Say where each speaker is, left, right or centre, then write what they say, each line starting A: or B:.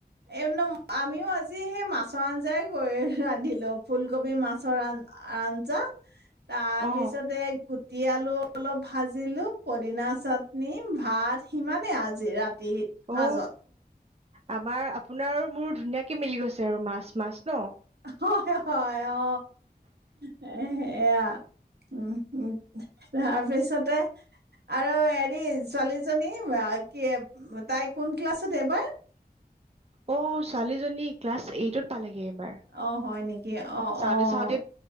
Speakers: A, on the right; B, on the right.
A: একদম আমিও আজি সেই মাছৰ আঞ্জাই কৰি ৰান্ধিলো ফুলকবি মাছৰ আঞ্জা তাৰপিছতে
B: অ
A: গোঁতি আলু অলপ ভাজিলো পদিনা চাটনি ভাত সিমানেই আজি ৰাতি
B: অ
A: হাজত
B: আমাৰ আপোনাৰো মোৰ ধুনীয়াকে মিলি গৈছে আৰু মাছ মাছ ন
A: হয় হয় অ সেয়া উম উ তাৰপিছতে আৰু হেৰি ছোৱালীজনী বাঃ কি তাই কোন ক্লাছত এইবাৰ
B: অ ছোৱালীজনী ক্লাছ এইটত পালেগে এইবাৰ
A: অঁ হয় নেকি অঁ
B: চাওঁতে
A: অঁ
B: চাওঁতে